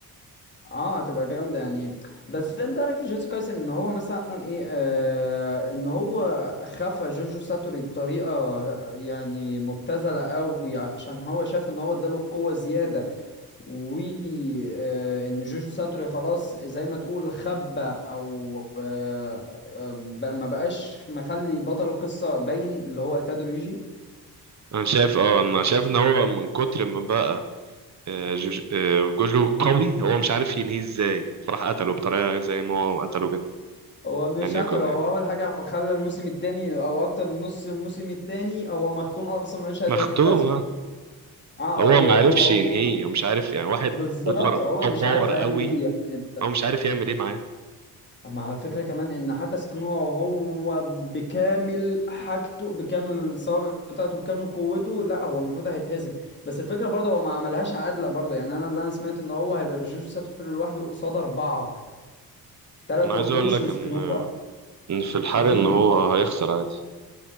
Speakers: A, on the left (about 30°); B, on the right (about 45°).
A: اه هتبقى جامده يعني بس انت إيه رايك في جوجوتسو كايسن ان هو مثلا ايه آه ان هو خفى جوجو ساتوري بطريقه يعني مبتذله قوي عشان هو شاف ان هو اداله قوه زياده و آه ان جوجو ساتوري خلاص زي ما تقول خبى او آه آه، بقى ما بقاش مخلي بطل القصه باين اللي هو ايتادو ريجي
B: <laughs> انا شايف اه انا شايف ان هو من كتر ما بقى آه، جوج- آه، جوجو قوي هو مش عارف ينهيه ازاي فراح قتله بطريقه زي ما هو قتله كده
A: هو مش
B: ان يكون
A: قتله هو
B: يعني
A: اول حاجه هو خلى الموسم التاني او اكتر من نص الموسم التاني هو مختوم اصلا ملوش اي
B: مختوم
A: 30 لازمه
B: اه
A: اه
B: هو
A: و-
B: ما عرفش
A: و-
B: ينهيه
A: و-
B: هو مش عارف يعني واحد
A: بالظبط
B: اوفر
A: هو
B: او
A: مش
B: باور
A: عارف هيعمل
B: قوي
A: ايه يعني انت
B: هو مش عارف يعمل ايه معاه
A: اما هو الفكره كمان ان حتى سكنوه وهو بكامل حاجته بكامل الصوابع بتاعته بكامل قوته لا هو المفروض هيتهزم بس الفكره برضه هو ما عملهاش عادله برضه يعني انا اللي انا سمعت ان هو هيبقى جوجو ساتورو لوحده قصاد اربعه ثلاث
B: انا عايز
A: وحوش
B: اقول لك
A: وسكنوه
B: ان آه، ان في الحرق
A: كتير
B: ان هو هيخسر عادي